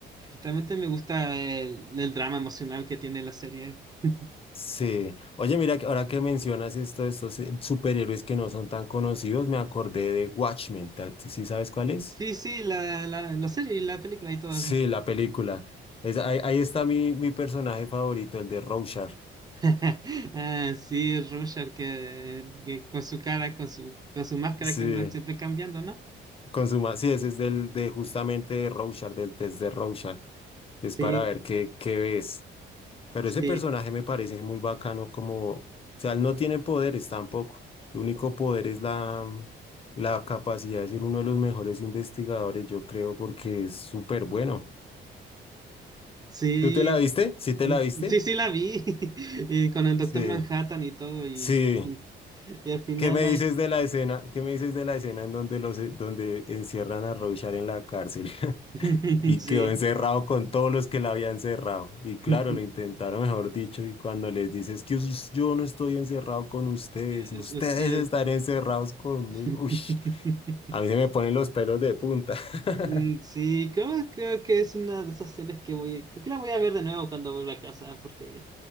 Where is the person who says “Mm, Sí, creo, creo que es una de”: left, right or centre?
Right